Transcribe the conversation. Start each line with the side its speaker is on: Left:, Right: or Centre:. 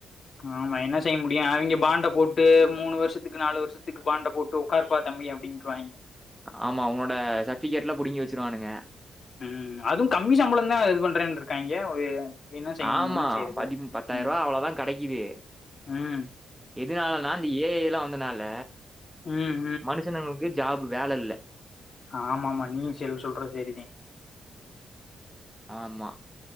Left: ஆமா என்ன செய்ய முடியு அவிங்க பாண்ட போட்டு மூணு வரு ஷத்துக்கு நாலு வருஷத்துக்கு பாண்ட போட்டு உட்கார்ப்பா தம்பி அப்டின்றுவாய்ங்க
Centre: ஆமா உனோட சர்ட்ஃபிகேட் ல்லா புடுங்கி வெச்சுருவானுங்க
Left: ம் அதும் கம்மி சம்ப்ளந் தான் இது பண்றேன் ருக்காங்க ஒரு என்ன செய்ய முடியு
Centre: ஆமா
Left: என்ன செய்யறது
Centre: பதி பத்தாயிருவா
Left: ம்
Centre: அவ்வளதான் கடைக்கிது
Left: ம்
Centre: எதுனாலனா இந்த ஏஐ லா வந் ந்தனால
Left: ம்
Centre: மனுஷனுங்ளுக்கு ஜாப் வேல ல்ல
Left: ஆமா ஆமா நீ செல் சொல்ற செரிதேன்
Centre: ஆமா.